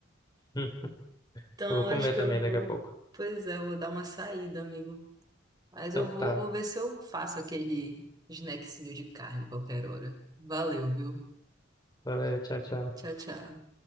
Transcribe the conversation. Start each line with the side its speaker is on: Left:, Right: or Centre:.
Left: Hum,
Right: Então,
Left: eu vou comer
Right: acho que
Left: também
Right: eu vou.
Left: daqui a pouco.
Right: Pois é, eu vou dar uma saída, amigo. Mas
Left: Então
Right: eu vou,
Left: tá.
Right: vou ver se eu faço aquele snackzinho de carne qualquer hora. Valeu, viu?
Left: Valeu, tchau, tchau.
Right: Tchau, tchau.